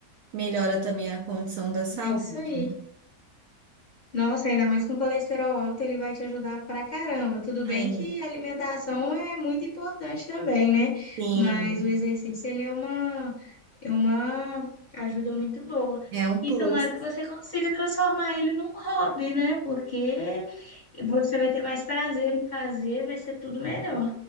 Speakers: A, on the right; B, on the left.
A: melhora também a condição da saúde.
B: É isso aí. Nossa, ainda mais com colesterol alto, ele vai te ajudar pra caramba. Tudo
A: É,
B: bem que a alimentação é muito importante também, né?
A: sim,
B: Mas o exercício, ele é uma, é uma ajuda muito boa.
A: é um
B: E
A: plus.
B: tomara que você consiga transformar ele num hobby, né? Porque você vai ter mais prazer em fazer, vai ser tudo melhor.